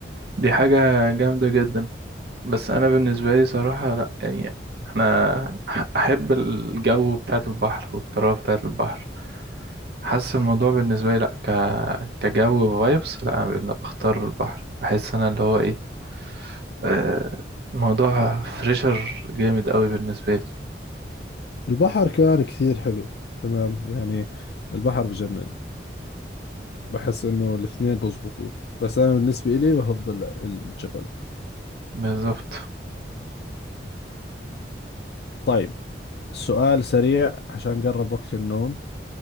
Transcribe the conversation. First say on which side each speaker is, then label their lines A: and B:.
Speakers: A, on the right (about 60°); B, on the left (about 60°).
A: دي حاجة جامدة جدا بس أنا بالنسبة لي صراحة لأ يعني أنا أح- أحب الجو بتاعت البحر والطراوة بتاعت البحر حاسس الموضوع بالنسبة لي لأ ك... كجو فايبس لأ أنا بختار البحر بحس أنا اللي هو إيه آه موضوع فريشر جامد قوي بالنسبة لي
B: البحر كمان كثير حلو تمام يعني البحر بجنن فبحس إنه الاثنين بزبطوا بس أنا بالنسبة إلي بفضل الجبل
A: بالظبط
B: طيب سؤال سريع عشان قرب وقت النوم